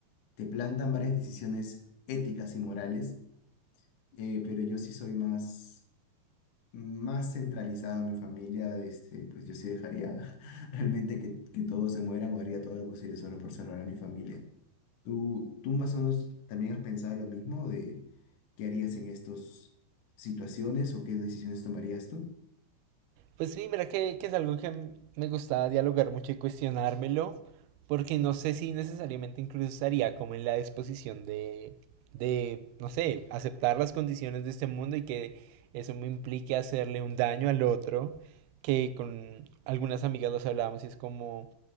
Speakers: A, on the left; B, on the right.
A: te plantan varias decisiones éticas y morales, eh, pero yo sí soy más, más centralizado en mi familia, este, pues yo sí dejaría <laughs> realmente que, que todos se mueran o haría todo lo posible solo por salvar a mi familia. ¿Tú, tú más o menos también has pensado lo mismo de qué harías en estas situaciones o qué decisiones tomarías tú?
B: Pues sí, mira que, que es algo que m- me gustaba dialogar mucho y cuestionármelo, porque no sé si necesariamente incluso estaría como en la disposición de, de, no sé, aceptar las condiciones de este mundo y que eso me implique hacerle un daño al otro, que con algunas amigas los hablábamos y es como,